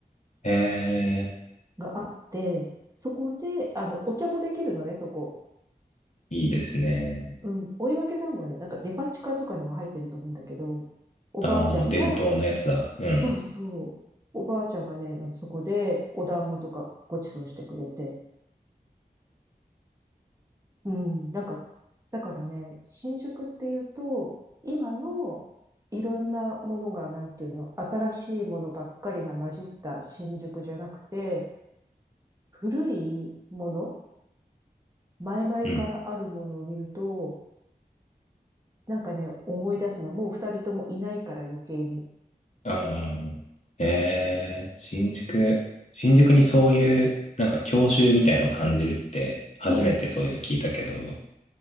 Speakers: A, on the left; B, on the right.
A: え
B: があって、そこで、あの、お茶もできるのね、そこ。
A: ー、いいですね。
B: うん、追い分け団子ね、なんかデパ地下とかにも入ってると思うんだけど、おばあちゃんが、
A: ああ、伝統のやつだ。うん。
B: そうそう、おばあちゃんがね、そこでお団子とかごちそうしてくれて、うん、なんか、だからね、新宿っていうと、今のいろんなものが、なんていうの、新しいものばっかりが混じった新宿じゃなくて、古いもの、前々からあるものを見ると、
A: うん。
B: なんかね、思い出すの、もう二人ともいないから余計に。
A: ああ、えー、新宿、新宿にそういう、なんか郷愁みたいのを感じるって、
B: そう、
A: 初めてそういうの聞いたけど、